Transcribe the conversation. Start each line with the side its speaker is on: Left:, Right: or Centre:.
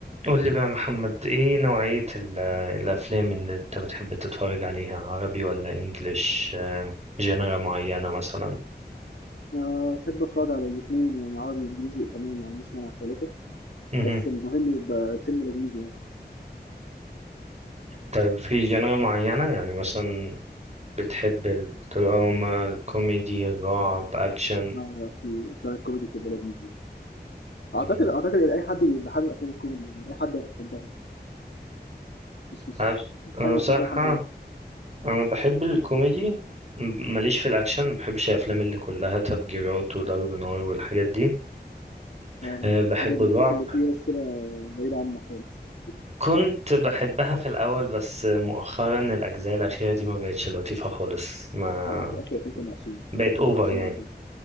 Right: قول لي بقى يا محمد ايه نوعية ال- الافلام اللي انت بتحب تتفرج عليها عربي ولا انجليش جنرا معينة مثلا
Left: آه، أحب أتفرج على الاتنين يعني عربي وإنجليزي وإيطالي ما عنديش مانع ثلاثة
Right: مهم.
Left: بس المهم يبقى الفيلم لذيذ يعني
Right: طيب في جنرا معينة يعني مثلا بتحب الدراما الكوميدي الرعب اكشن
Left: آه، في أفلام الكوميدي تبقى لذيذة يعني. أعتقد
Right: مم.
Left: أعتقد إن أي حد بيبقى حابب أفلام الكوميدي يعني أي حد هيحبها مش مش
Right: أنا بص-
Left: مش
Right: أنا
Left: حاجة
Right: بصراحة
Left: مفضلة لحد واحد
Right: انا بحب الكوميدي م- ماليش في الاكشن ما بحبش الافلام اللي كلها تفجيرات وضرب نار والحاجات دي
Left: آه،
Right: أه، بحب
Left: حاجة زي
Right: الرعب
Left: فاست أند فيوريوس كده بعيدة عنها خالص
Right: كنت بحبها في الأول بس مؤخرا الأجزاء الأخيرة دي ما بقتش لطيفة خالص ما
Left: أه آخر آخر 2022
Right: بقت
Left: آخر 2022
Right: أوفر يعني
Left: جدا